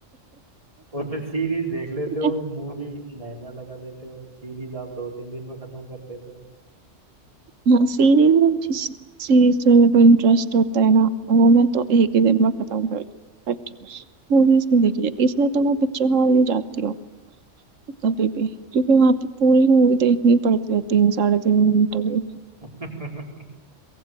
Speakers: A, on the right (about 25°); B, on the right (about 75°).
A: और फिर सीरीज देख लेते
B: <laughs>
A: हो मूवी <laughs> महीना लगा देते हो सीरीज आप दो तीन दिन में खत्म कर देते हो
B: हाँ सीरीज जिस सीरीज में मेरे को इंटरेस्ट होता है ना वो मैं तो एक ही दिन में खत्म कर बट मूवीज नहीं देखी जाती इसलिए तो मैं पिक्चर हॉल नहीं जाती हूँ कभी भी क्योंकि वहां पे पूरी मूवी देखनी पड़ती है तीन साढ़े तीन घंटे की
A: <laughs>